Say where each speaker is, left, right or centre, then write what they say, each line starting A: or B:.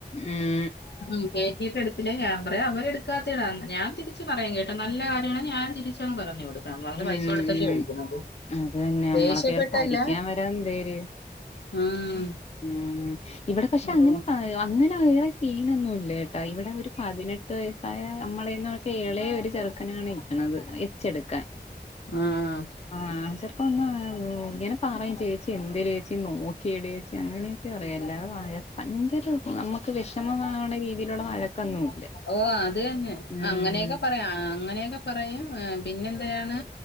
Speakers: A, on the left; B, on the left.
A: ഉം
B: <inaudible> ഉം കേറ്റീട് എടുത്തില്ലെ ഞാൻ പറയും അവര് എടുക്കാതെയാ ഞാൻ തിരിച്ച് പറയും കേട്ടോ നല്ലകാര്യണെ ഞാൻ തിരി ചെം പറഞ്ഞൂട്. നമ്മളെ
A: ഉം
B: പൈസ കൊടുത്തല്ലോ
A: ഉം
B: എട്ക്ക്ണത്
A: അത് തന്നെ നമ്മളെ
B: ദേഷ്യപ്പെട്ടല്ലാ.
A: കേറി ഭരിക്കാൻ വരാ എന്തേര്
B: ഉം
A: ഉം ഇവടെ പക്ഷെ
B: ഓ
A: അങ്ങനെ അങ്ങനെ വേറെ സീനൊന്നും ഇല്ലട്ടാ ഇവ ഒരു പതിനെട്ട് വയസ്സായ നമ്മളന്നൊക്കെ എളേ ഒരു ചെറുക്കനേണ് ഇരിത്ണത് വായിച്ചെടുക്കാൻ.
B: ആഹ്
A: ആഹ് ചെർക്കന്ന ഉം ഇങ്ങനെ പറയും ചേച്ചി എന്തരേച്ചി നോക്കിയഡേയ്ച്ചി അങ്ങനെ അറയാ എല്ലാ വാഴ പഞ്ചലൊ നമ്മക്ക് വെഷമമാകണ രീതിയിലുള്ള വഴക്കൊന്നുല്ല.
B: ഓ അത് തന്നേ
A: ഉം
B: അങ്ങനെയൊക്കെ പറയാം അങ്ങനെയൊക്കെ പറയും പിന്നെ എന്തിരാണ്